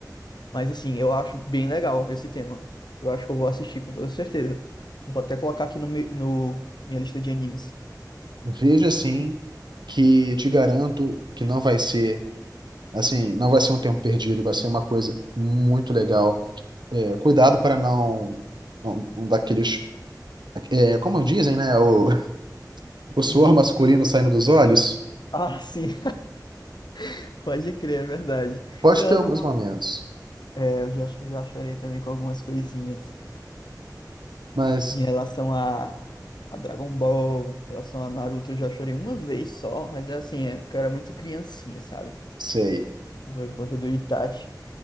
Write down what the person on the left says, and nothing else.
Mas assim, eu acho bem legal esse tema. Eu acho que eu vou assistir com toda certeza. Vou até colocar aqui no, me- no minha lista de animes. <laughs>
Uhum.
Ah, sim, <laughs> pode crer, é verdade.
Então,
eu não vou...
É, eu já, já chorei também com algumas coisinhas.
Em relação a, a Dragon Ball, em relação a Naruto, eu já chorei uma vez só, mas é assim, é, eu era muito criancinha, sabe?
Por conta do Itachi,